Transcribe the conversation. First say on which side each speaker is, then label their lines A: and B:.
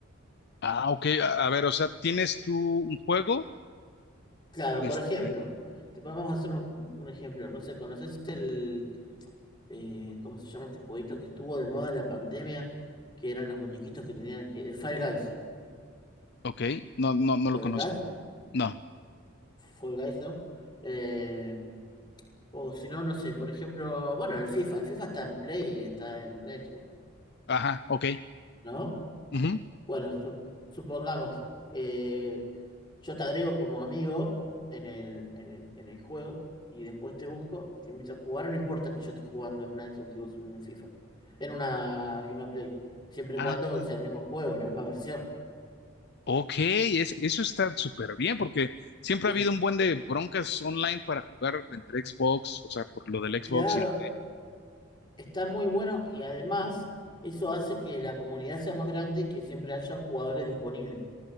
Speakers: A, on the left (about 55°); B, on the left (about 20°).
A: Ah, ok, a, a ver, o sea, ¿tienes tú un juego?
B: Claro, por
A: Este,
B: ejemplo, te- vamos a hacer un, un ejemplo. No sé, ¿conoces el, eh, ¿cómo se llama este jueguito que estuvo de moda en la pandemia? Que eran los muñequitos que tenían que... El Fall Guys.
A: ok, no, no, no
B: ¿Lo
A: lo
B: ubicás?
A: conozco. No,
B: Fall Guys, ¿no? Eh, o si no, no sé, por ejemplo, bueno, el FIFA. El FIFA está en Play y está en Xbox,
A: ajá, ok.
B: ¿no?
A: ujú.
B: Bueno, su- supongamos, eh, yo te agrego como amigo en el, en el, en el juego y después te busco y te invito a jugar. No importa que yo esté jugando en una Xbox y vos en una FIFA, en una, en una Play, siempre y
A: Ah,
B: cuando sea el mismo juego, la misma versión.
A: ok, es- eso está súper bien porque siempre
B: Y
A: ha
B: es
A: habido un buen de broncas online para jugar entre Xbox, o sea, por lo del
B: claro,
A: Xbox y el...
B: está muy bueno y además eso hace que la comunidad sea más grande y que siempre haya jugadores disponibles.